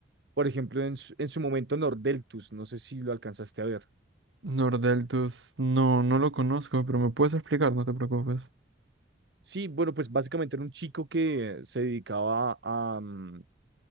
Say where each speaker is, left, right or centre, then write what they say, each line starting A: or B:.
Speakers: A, on the right; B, on the right.
A: Por ejemplo, en su, en su momento Nordeltus, no sé si lo alcanzaste a ver.
B: Nordeltus, no, no lo conozco, pero me puedes explicar, no te preocupes.
A: Sí, bueno, pues básicamente era un chico que se dedicaba a, mm,